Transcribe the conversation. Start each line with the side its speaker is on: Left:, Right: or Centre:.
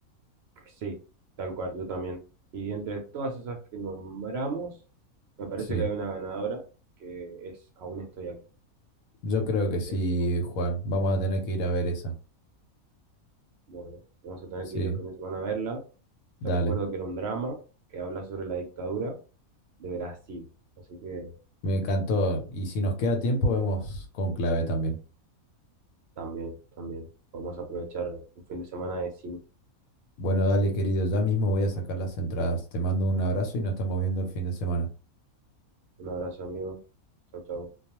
Right: que sí, tal cual, yo también. Y entre todas esas que nombramos, me parece
Left: Sí,
Right: que hay una ganadora que es Aún estoy aquí.
Left: yo creo que sí,
Right: ¿Qué decís vos?
Left: Juan. Vamos a tener que ir a ver esa.
Right: Bueno, vamos a tener
Left: Sí,
Right: que ir el fin de semana a verla.
Left: dale.
Right: Te recuerdo que era un drama que habla sobre la dictadura de Brasil. Así que
Left: Me encantó. Y si nos queda tiempo, vemos con clave también.
Right: también, también. Vamos a aprovechar un fin de semana de cine.
Left: Bueno, dale, querido. Ya mismo voy a sacar las entradas. Te mando un abrazo y nos estamos viendo el fin de semana.
Right: Un abrazo, amigo. Chau, chau.